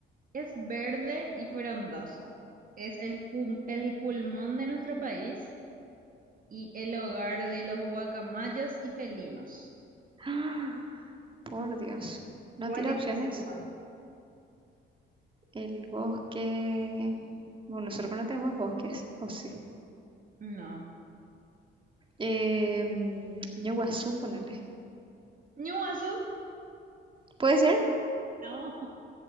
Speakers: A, on the right (about 45°); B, on the right (about 25°).
A: Es verde y frondoso. Es el, pum- el pulmón de nuestro país y el hogar de los guacamayos y felinos.
B: <gasps> Por Dios, no
A: ¿Cuál
B: tira
A: es
B: opciones.
A: ese lugar?
B: El bosque. Bueno, nosotros no tenemos bosques, o sí.
A: No.
B: Eh, yo Guazú, ponele.
A: ¿Ñuazú?
B: ¿Puede ser?
A: No.